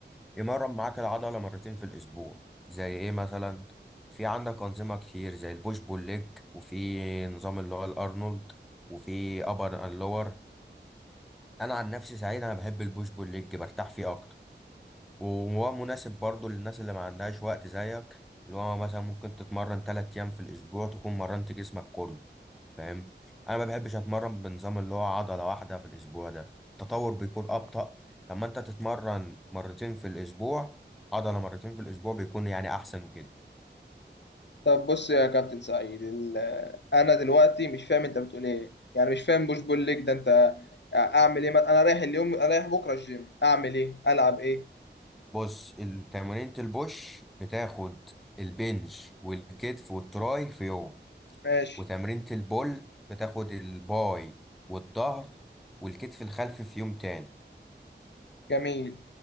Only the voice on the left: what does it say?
طب بص يا كابتن سعيد ال- آه، انا دلوقتي مش فاهم انت بتقول ايه يعني مش فاهم بوش بول ليج ده انت آه، اعمل ايه ما- انا رايح اليوم أنا رايح بكره الجيم اعمل ايه العب ايه
ماشي
جميل